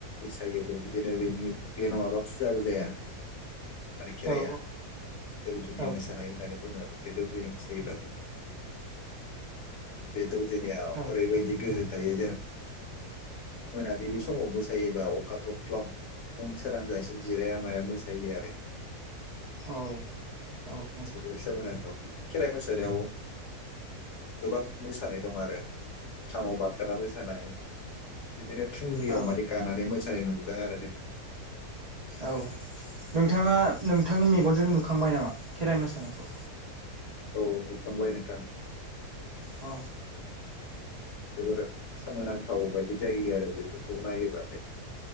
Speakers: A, on the left; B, on the right.
A: फ थायोबो बिदिनो बेनि बे नङाबा फुजाबो जाया माने खेराइाया
B: औ
A: दौदिनि
B: औ
A: मोसानाय होननानै बुङ दौदिनि मोसायोब्लाथाय बेथज न आ
B: औ
A: आरोबाय जग थायो मोनाबिलि समाव मोसायोबा अखा थफ्ल' फुं सोरानजासिम जिराया माया मोसायो आरो
B: औ औ औ
A: जोबोर सोमोनांथाव खेराइ मोसानायाव गोबां मोसानाय दं आरो खामाव बाद ओखाराबो जानाय बिदिनो थुंग्रियाव
B: औ
A: माने गानानै मोसानाय नुबोयो बेङार जे
B: औ नोंथाङाों बिथांांनि मेगनजों नुखांबाय नामा खेराइ मोसानायखौ
A: औ बेखांबाय नोंथां
B: अ
A: जोबोर सोमोनांथाव बायदि जायो आरो बेफोरखौ नायोबाथाय